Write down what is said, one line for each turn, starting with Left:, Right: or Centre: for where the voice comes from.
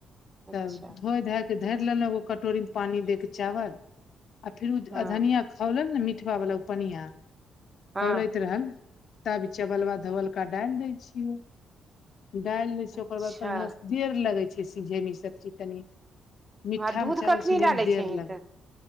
Right: अच्छा
Left: तब धोए। के धरि लेल एो कटोरी मे पानी दे के चावल। आ फिर ओ
Right: हँ
Left: धनिया खौलल ने मीठव बला ओ पनिआ
Right: हँ
Left: खौलैत रहल। तभी चबल बा धबलका डालि दै छियै डालि दै छैय
Right: अच्छा
Left: ओकर बाद बढ़िआसँ देर लगै छै सीझयमे इसभ चीज तनि। मिठा
Right: आ दूध
Left: मे चावल
Right: कखनी
Left: सि मे
Right: डालै
Left: देर
Right: छही
Left: लग
Right: तऽ